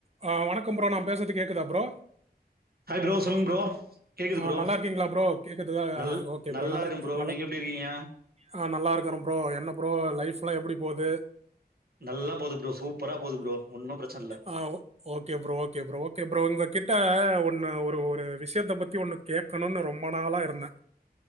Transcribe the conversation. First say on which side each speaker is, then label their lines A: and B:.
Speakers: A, on the right; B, on the right.
A: அ வணக்கம் ப்ரோ நா பேசது கேக்குதா ப்ரோ
B: ஆய் ப்ரோ சொல்லுங் ப்ரோ கேக்குது
A: ஆ
B: ப்ரோ
A: நல்லார்க்கீங்ளா ப்ரோ <unintelligible>
B: நல்
A: ஓகே
B: நல்லா
A: ப்ரோ நல்லாக்
B: இருக்கேன்
A: நல்லாக்
B: நீங்க எப்படி இருக்கீங்க
A: ஆ நல்லாருக்குறன் ப்ரோ என்ன ப்ரோ லைஃப்லா எப்டி போது
B: நல்லா போது ப்ரோ சூப்பரா போது ப்ரோ ஒன்னு பிரச்சல்ல
A: ஆ okay bro okay bro okay bro உங்க கிட்ட ஒன்னு ஒரு ஒரு விஷயத்த பத்தி ஒன்னு கேட்கணு ரொம்ப நாளா இருந்த